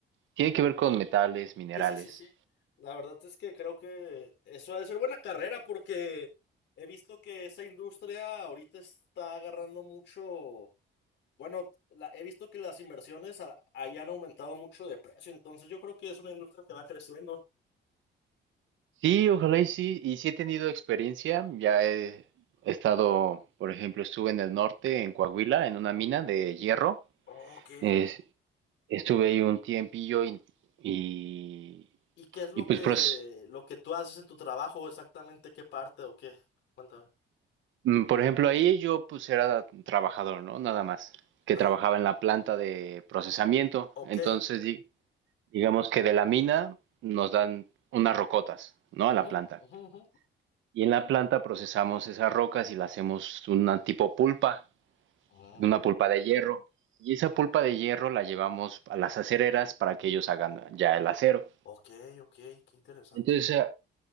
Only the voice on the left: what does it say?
Sí, sí, sí, sí. La verdad es que creo que eso ha de ser buena carrera porque he visto que esa industria ahorita está agarrando mucho. Bueno, la- he visto que las inversiones a- ahí han aumentado mucho de precio, entonces yo creo que es una industria que va creciendo.
Ok.
¿Y qué es lo
que,
lo que tú haces en tu trabajo exactamente? ¿Qué parte o qué? Cuéntame.
Ah,
ok.
Ujú,
ujú, ujú.
Mm,
ok, ok, qué interesante.